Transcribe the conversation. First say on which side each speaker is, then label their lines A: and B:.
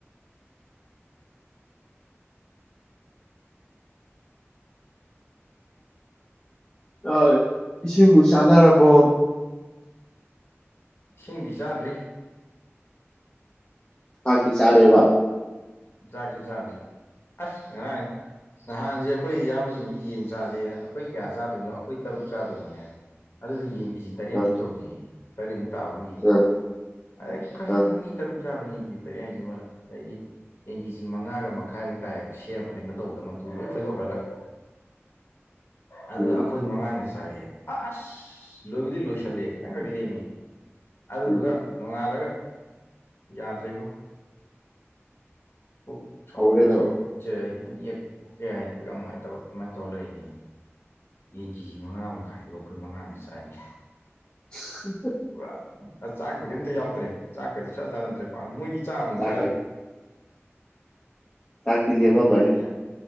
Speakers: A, on the left (about 20°); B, on the left (about 50°).
A: ꯆꯥꯛ ꯏꯁꯤꯡꯕꯨ ꯆꯥꯅꯔꯕꯣ
B: ꯏꯁꯤꯡꯗꯤ ꯆꯥꯗ꯭ꯔꯤ
A: ꯆꯥꯛꯇꯤ ꯆꯔꯦꯕ
B: ꯆꯥꯛꯁꯨ ꯆꯥꯗ꯭ꯔꯤ ꯑꯁ ꯉꯔꯥꯡ ꯅꯍꯥꯟꯁꯦ ꯑꯩꯈꯣꯏ ꯏꯌꯥꯝꯕꯁꯤꯡꯁꯤ ꯌꯦꯟ ꯆꯥꯖꯦꯅ ꯑꯩꯈꯣꯏ ꯀꯌꯥ ꯆꯥꯗꯣꯏꯅꯣ ꯑꯩꯈꯣꯏ ꯇꯔꯨꯛ ꯆꯥꯗꯣꯏꯅꯤ ꯍꯥꯏꯔꯦ ꯑꯗꯨꯗꯤ ꯌꯦꯟ ꯀꯦꯖꯤ ꯇꯔꯦꯠꯃꯨꯛ
A: ꯑꯥ
B: ꯇꯧꯖꯦꯌꯦ ꯇꯔꯦꯠꯃꯨꯛ ꯇꯥꯕ ꯑꯃ ꯌꯦꯡꯉꯨꯅꯦ
A: ꯑꯥ
B: ꯑꯩꯁ ꯀꯔꯤꯅꯣ
A: ꯑꯥ
B: ꯃꯤ ꯇꯔꯨꯛ ꯆꯥꯕ ꯌꯦꯟ ꯀꯦꯖꯤ ꯇꯔꯦꯠ ꯍꯥꯏꯁꯤꯕꯣ ꯑꯗꯩꯗꯤ ꯌꯦꯟ ꯀꯦꯖꯤ ꯃꯉꯥꯒ ꯃꯈꯥꯏꯃꯨꯛ ꯇꯥꯏꯌꯦꯕ ꯁꯦꯝꯃ ꯀꯩꯅꯣ ꯇꯧꯕꯗ ꯃꯇꯨ ꯂꯣꯏ ꯐꯣꯏꯗꯣꯛꯈ꯭ꯔꯒ ꯑꯗ
A: ꯎꯝ
B: ꯑꯩꯈꯣꯏ ꯃꯉꯥꯅ ꯆꯥꯏꯌꯦ ꯑꯁ ꯂꯣꯏꯕꯨꯗꯤ ꯂꯣꯏꯁꯜꯂꯦ ꯈꯤꯇꯪꯈꯛ ꯂꯦꯝꯃꯤ ꯑꯗꯨꯗꯨꯒ
A: ꯎꯝ
B: ꯅꯣꯡꯉꯥꯜꯂꯒ ꯌꯥꯗ꯭ꯔꯦꯕꯣ ꯄꯨꯛ ꯁꯧꯒꯠꯄ
A: ꯍꯧꯔꯦ ꯑꯗꯨꯝ
B: ꯁꯧꯒꯠ ꯄꯨꯁꯦ ꯑꯩ ꯄꯨꯨꯛ ꯌꯦꯛ ꯑꯣꯀꯦ ꯍꯥꯏ ꯄꯨꯛ ꯌꯥꯝ ꯅꯨꯡꯉꯥꯏꯇꯕ ꯑꯗꯨꯃꯥꯏꯅ ꯇꯧꯔ ꯂꯩꯔꯤꯅꯦ ꯌꯦꯟ ꯀꯦꯖꯤ ꯃꯉꯥ ꯃꯈꯥꯏꯗꯣ ꯑꯩꯈꯣꯏ ꯃꯉꯥꯅ ꯆꯥꯏꯅꯦ
A: <inaudible>
B: ꯄꯨꯔꯥ ꯆꯥꯛꯄꯨꯗꯤ ꯑꯝꯇ ꯌꯥꯎꯗ꯭ꯔꯦ ꯆꯥꯛꯀꯗꯤ ꯆꯥ ꯆꯥꯟꯅꯗ꯭ꯔꯦ ꯄꯥꯛ ꯃꯣꯏꯗꯤ ꯆꯥꯛ ꯑꯃꯨꯛ
A: ꯆꯥꯛꯀ
B: ꯆꯥꯔꯤ
A: ꯆꯥꯛꯇꯤ ꯂꯦꯃꯥꯝ
B: ꯆꯥꯛꯇꯤ
A: ꯃꯥꯅꯤ
B: ꯌꯥ